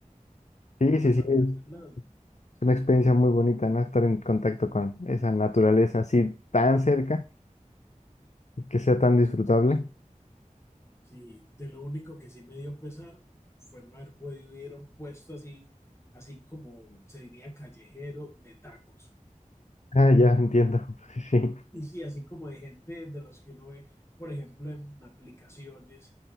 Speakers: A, on the left; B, on the left.
A: Sí,
B: pasando
A: sí, sí, es
B: al lado.
A: una experiencia muy bonita, ¿no? Estar en contacto con esa naturaleza así tan cerca, que sea tan disfrutable.
B: Sí, de lo único que sí me dio pesar fue no haber podido ir a un puesto así, así como se diría callejero de tacos.
A: Ah, ya entiendo. <laughs>
B: Y sí, así como de gente de los que uno ve, por ejemplo, en aplicaciones,